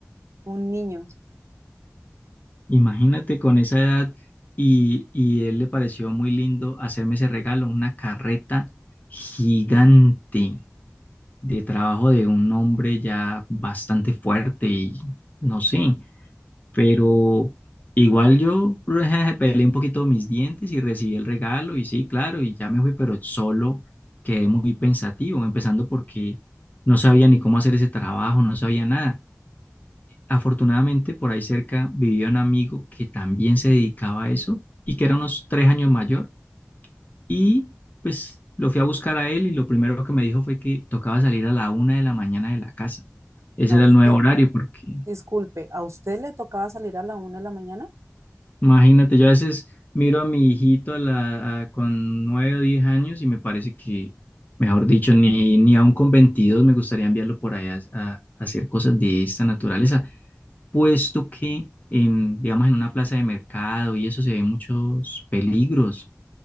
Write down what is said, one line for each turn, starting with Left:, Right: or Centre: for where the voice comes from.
Right: un niño.
Left: Imagínate con esa edad y, y él le pareció muy lindo hacerme ese regalo, una carreta gigante de trabajo de un hombre ya bastante fuerte y no sé, pero igual yo <laughs> peleé un poquito mis dientes y recibí el regalo y sí, claro, y ya me fui, pero solo quedé muy pensativo, empezando porque no sabía ni cómo hacer ese trabajo, no sabía nada. Afortunadamente, por ahí cerca vivía un amigo que también se dedicaba a eso y que era unos tres años mayor. Y pues lo fui a buscar a él y lo primero que me dijo fue que tocaba salir a la una de la mañana de la casa. Ese
Right: ¿A
Left: era
Right: usted?
Left: el nuevo horario porque
Right: Disculpe, ¿a usted le tocaba salir a la una de la mañana?
Left: imagínate, yo a veces miro a mi hijito a la- a- con nueve o diez años y me parece que, mejor dicho, ni, ni aún con 22 me gustaría enviarlo por allá a, a hacer cosas de esta naturaleza. puesto que en, digamos, en una plaza de mercado y eso se ven muchos peligros,